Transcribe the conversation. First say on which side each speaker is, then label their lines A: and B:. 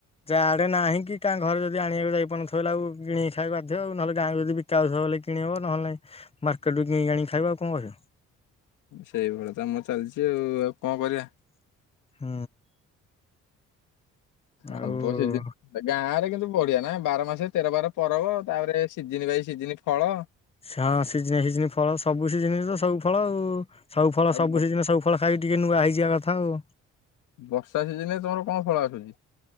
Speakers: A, on the left (about 20°); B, on the left (about 85°).
A: ଯାଡେ ଏବେ ନାହିଁ କି କାଁ ଘରେ ଯଦି ଆଣିବାକୁ ଯାଇପାରୁନଥିବ ବଲେ ଆଉ କିଣିକି ଖାଇବା ବାଧ୍ୟ ଆ ନହେଲେ ଗାଁକୁ ଯଦି ବିକ ଆଉଥିବ ବଲେ କିଣି ହେବ। ନହେଲେ ନାଇଁ ମାର୍କେଟ ରୁ କି ଆଣି ଖାଇବା ଆଉ କଣ କରିବା।
B: ସେଇଭଳିଆ ତମର ଚାଲିଛି ଆଉ ଆଉ କଣ କରିବା।
A: ହଁ। ଆଉ
B: ଆବ ସେ ଯାରେ <inaudible> ସବୁ ବଢିଆ ନା ବାର ମାସ ତେର ବାର ପରବ ତାପରେ ସିଜିିନ ବାଇ ସିଜିନି ଫଳ
A: ହଁ ସିଜିନ ସିଜିନ ଫଳ ସବୁ ସିଜିନ ତ ସବୁ ଫଳ ଆଉ ସବୁ ଫଳ
B: ଆଉ
A: ସବୁ
B: ବ
A: ସିଯିନିରେ ସବୁ ଫଳ ଖାଇକି ଟିକେ ନୂଆ ହେଇଯିବା କଥା ଆଉ।
B: ବର୍ଷା ସିଜନ ରେ ତମର କଣ ଫଳ ଆସୁଛି?